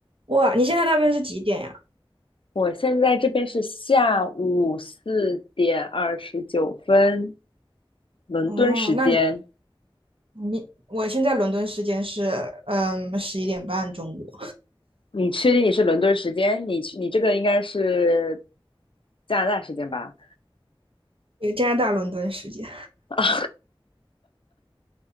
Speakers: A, on the right; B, on the left.
A: 哇，你现在那边是几点呀？
B: 我现在这边是下午四点二十九分，伦敦时间。
A: 哦，那你你我现在伦敦时间是嗯十一点半中午，
B: 你确定你是伦敦时间？你去你这个应该是加拿大时间吧？
A: 对，加拿大伦敦时间。
B: <laughs> 啊，